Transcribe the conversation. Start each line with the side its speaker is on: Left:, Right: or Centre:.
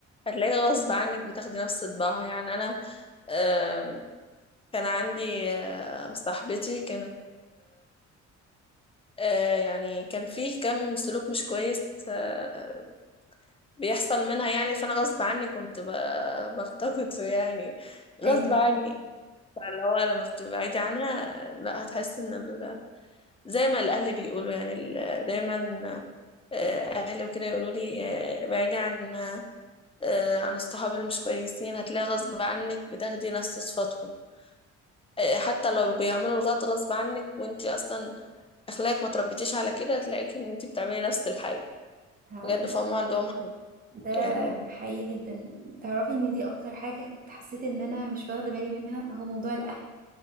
Left: هتلاقي غصب عنك بتاخدي نفس طباعها يعني انا آم، كان عندي آه، صاحبتي كانت آه، يعني كان في كم سلوك مش كويس آه، بيحصل منها يعني فانا غصب عني كنت ب- بلتقطه يعني غصب
Right: ايوه
Left: عني فاللي هو لما بتبعدي عنها لا هتحسي ان زي ما الأهل بيقولوا يعني ال- دايما آه، أهلي وكده يقولوا لي آه، ابعدي عن آه، عن الصحاب اللي مش كويسين هتلاقي غصب عنك بتاخدي نفس صفاتهم آه، حتى لو بيعملوا الغلط غصب عنك وانتي أصلا أخلاقك ما تربيتيش على كده هتلاقيكي ان انتي بتعملي نفس الحاجة
Right: ه-
Left: بجد فهم عندهم حق
Right: ده
Left: يعني
Right: حقيقي جدا تعرفي ان دي اكتر حاجة كنت حسيت ان انا مش واخدة بالي منها هو موضوع الاهل